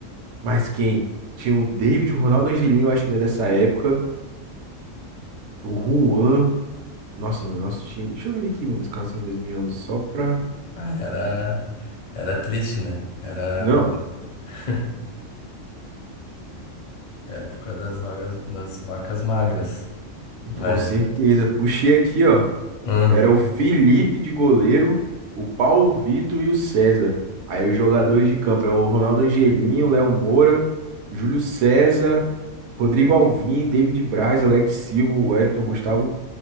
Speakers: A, on the right; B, on the left.
A: mais quem? Tinha o David, o Ronaldo Angelinho, eu acho que ele é dessa época, o Juan. Nossa, o nosso time. Deixa eu ver aqui, mano, escalação de 2011. só pra
B: Ah, era, era triste, né? Era
A: Não,
B: <laughs> época das vagas, das vacas magras. Mas,
A: com certeza. Puxei aqui, ó.
B: hum,
A: Era o Felipe de goleiro, o Paulo Vitor e o César. Aí os jogadores de campo, era o Ronaldo Angelinho, Léo Moura, Júlio César, Rodrigo Alvim, David Braz, Alex Silva, Wellington, Gustavo,